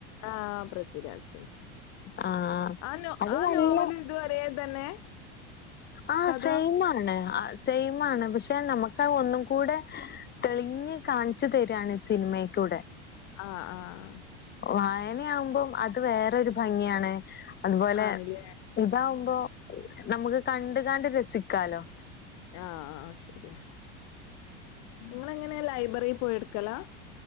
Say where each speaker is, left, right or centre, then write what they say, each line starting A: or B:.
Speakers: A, on the left; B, on the left.
A: ആഹ് പൃഥ്വിരാജ്ന്റെ
B: ആഹ്
A: ആ നോ
B: അത്
A: ആ
B: നല്ല
A: നോവല് ഇത്വരെയാ തന്നെ
B: ആഹ്
A: കഥ
B: സെയിമാണ് ആഹ് സെയിമാണ് പക്ഷെ നമുക്കത് ഒന്നും കൂടെ തെളിഞ്ഞു കാണിച്ചു തരാണ് സിനിമേക്കൂടെ
A: ആഹ് ആഹ്
B: വായനയാവുമ്പം അത് വേറെരു ഭംഗിയാണ് അതുപോലെ
A: ആണ്ല്ലേ
B: ഇതാവുമ്പോ നമുക്ക് കണ്ട് കണ്ട് രസിക്കാലോ
A: ആഹ് ആഹ് ശരിയാ ഇങ്ങൾ എങ്ങനെയാ ലൈബ്രറി പോയി എടുക്കലാ